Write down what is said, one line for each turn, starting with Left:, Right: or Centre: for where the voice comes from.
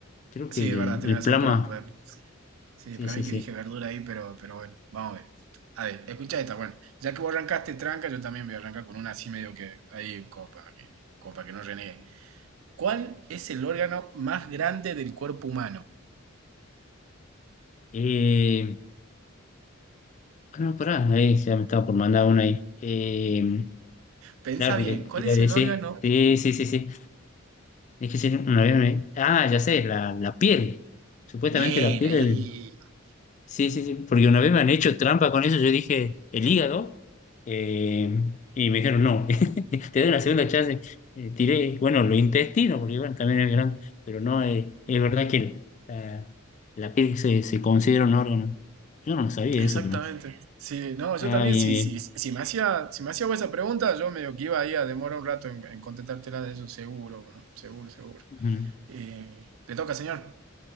Left: Creo
Right: Sí,
Left: que el,
Right: es verdad, tenés
Left: el
Right: razón,
Left: plasma,
Right: para, para- sí,
Left: sí,
Right: para
Left: sí,
Right: mí
Left: sí.
Right: que dije verdura ahí, pero, pero bueno, vamos a ver. A ver, escucha esta, bueno, ya que vos arrancaste tranca, yo también voy a arrancar con una así medio que ahí, como para que, como para que no renegue. ¿Cuál es el órgano más grande del cuerpo humano?
Left: Eh, ah, no, pará, ahí ya me estaba por mandar una ahí. Eh,
Right: Pensa
Left: claro, porque
Right: bien,
Left: te
Right: ¿cuál
Left: iba
Right: es
Left: a decir,
Right: el órgano?
Left: sí, sí, sí, sí. Es que sí, una vez me... Ah, ya sé, la, la piel. Supuestamente
Right: Bien,
Left: la piel,
Right: ahí.
Left: el... sí, sí, sí, porque una vez me han hecho trampa con eso, yo dije el hígado, eh, y me dijeron no, <laughs> te doy una segunda chance. Eh, tiré, bueno, los intestinos, porque bueno, también es grande, pero no, eh, es verdad que la, la piel se, se considera un órgano. Yo no lo sabía
Right: Exactamente.
Left: eso, pero...
Right: Sí, no, yo
Left: Ah,
Right: también,
Left: bien,
Right: sí,
Left: bien.
Right: sí, si me hacía, si me hacía vos esa pregunta, yo medio que iba ahí a demorar un rato en, en contestártela de eso, seguro, ¿no? Seguro, seguro.
Left: Mm,
Right: Eh, ¿le toca, señor?